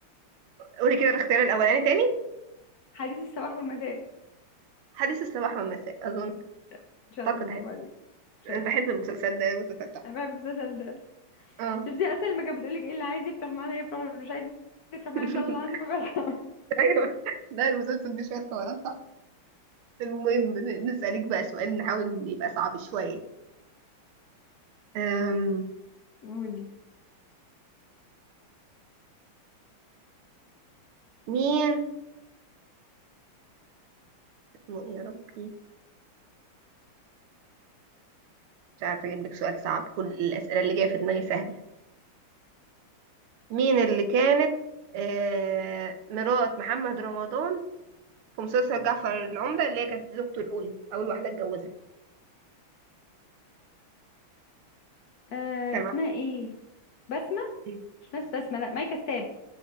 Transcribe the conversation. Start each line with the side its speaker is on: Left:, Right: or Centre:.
Right: قولي كده الاختيار الاولاني تاني
Left: حديث الصباح والمساء
Right: حديث الصباح والمساء اظن
Left: ش- شاطره
Right: اعتقد
Left: برافو
Right: هت-
Left: عليك
Right: انا
Left: شاطره
Right: بحب المسلسل ده المسلسل بتاعه
Left: انا بحب المسلسل ده
Right: اه
Left: شفتي اصلا لما كانت بتقولك ايه اللي عايز يفرح معانا يفرح واللي مش عايز يفرح
Right: <laughs>
Left: معانا ان شاء الله عنده ما بيرحم
Right: ايوه ده المسلسل مش عارفة ولا المهم ن- نسألك بقى سؤال نحاول يبقى صعب شوية أم...
Left: قولي
Right: مين اسمه ايه يا ربي مش عارفة اجيب لك سؤال صعب كل الأسئلة اللي جاية في دماغي سهلة مين اللي كانت آه... مرات محمد رمضان في مسلسل جعفر العمدة اللي هي كانت زوجته الأولى أول واحدة اتجوزها
Left: آه
Right: سمعت
Left: اسمها ايه بسمة
Right: إيه؟
Left: مش ناس بسمة لا ماي كساب